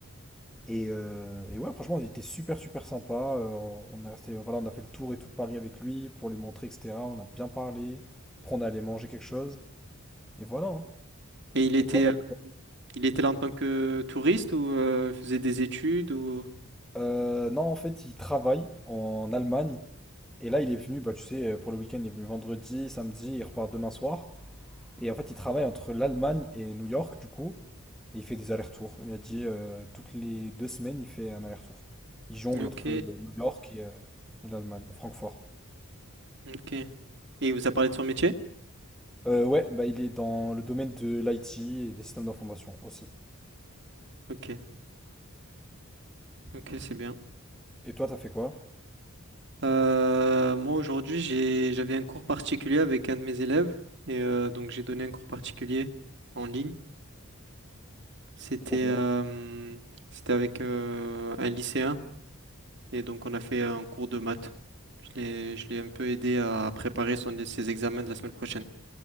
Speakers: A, in the centre; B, on the right (about 50°).
A: Et, euh, et ouais, franchement, il était super, super sympa. Euh, on est resté, voilà, on a fait le tour et tout de Paris avec lui pour lui montrer, etc. On a bien parlé. Après, on est allé manger quelque chose. Et voilà. hein.
B: Et il était.
A: Et toi?
B: Il était là en tant que touriste ou euh, il faisait des études ou...
A: Euh, non, en fait, il travaille en Allemagne. Et là, il est venu, bah, tu sais, euh, pour le week-end, il est venu vendredi, samedi, il repart demain soir. Et en fait, il travaille entre l'Allemagne et New York, du coup. Et il fait des allers-retours. Il a dit, euh, toutes les deux semaines, il fait un aller-retour. Il jongle
B: Ok,
A: entre euh, New York et, euh, et l'Allemagne, Francfort.
B: ok. Et il vous a parlé de son métier?
A: Euh, ouais, bah il est dans le domaine de l'IT et des systèmes d'information aussi.
B: Ok, ok, c'est bien.
A: Et toi, t'as fait quoi?
B: Euh, moi aujourd'hui j'ai j'avais un cours particulier avec un de mes élèves et euh, donc j'ai donné un cours particulier en ligne. C'était
A: Trop bien.
B: euh, c'était avec euh, un lycéen et donc on a fait un cours de maths. Je l'ai je l'ai un peu aidé à préparer son, ses examens de la semaine prochaine.